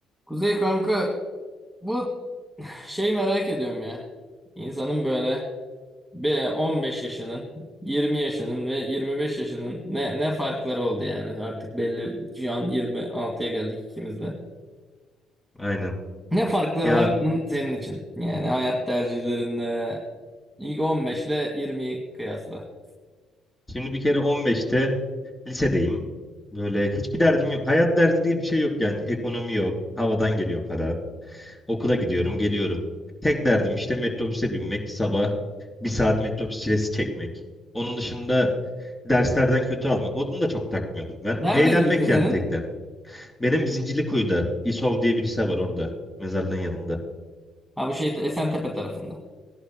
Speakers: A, in the centre; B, on the left.
A: Kuzey kanka bu şey merak ediyorum ya. İnsanın böyle bir 15 yaşının, 20 yaşının ve 25 yaşının ne ne farkları oldu yani artık belli şu an yirmi altıya geldik ikimiz de.
B: Aynen.
A: Ne farkları
B: Ya
A: var bunun senin için? Yani hayat tercihlerinde ilk 15 ile 20'yi kıyasla.
B: şimdi bir kere 15'te lisedeyim. Böyle hiçbir derdim yok. Hayat derdi diye bir şey yok yani. Ekonomi yok. Havadan geliyor para. Okula gidiyorum, geliyorum. Tek derdim işte metrobüse binmek. Sabah bir saat metrobüs çilesi çekmek. Onun dışında derslerden kötü almak. Onu da çok takmıyordum ben.
A: Neredeydi
B: Eğlenmek
A: lise senin?
B: yani tek derdim. Benim Zincirlikuyu'da İSOV diye bir lise var orada. Mezarlığın yanında.
A: Ha bu şey Esentepe tarafında.